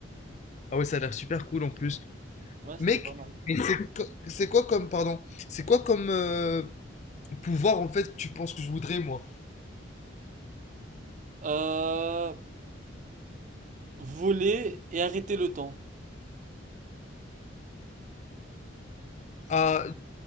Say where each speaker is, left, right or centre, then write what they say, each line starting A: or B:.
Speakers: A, on the left (about 35°); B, on the right (about 40°).
A: Ah ouais, ça a l'air super cool, en plus.
B: Ouais, c'était
A: Mec,
B: pas mal.
A: mais c'est, co- c'est quoi comme, pardon, c'est quoi comme euh, pouvoir, en fait, que tu penses que je voudrais, moi?
B: Euh, voler et arrêter le temps.
A: Ah,